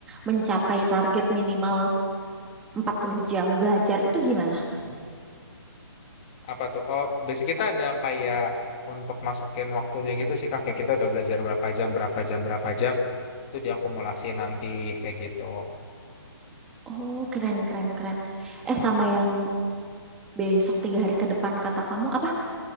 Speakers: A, in the centre; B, on the left.
A: mencapai target minimal 40 jam belajar itu gimana?
B: Mhm. Apa tuh? Oh, basic kita ada kayak untuk masukin waktunya gitu sih, kakek kita udah belajar berapa jam, berapa jam, berapa jam. Itu diakumulasi nanti kayak gitu.
A: Oh, keren, keren, keren. Eh, sama yang besok tiga hari ke depan kata kamu apa?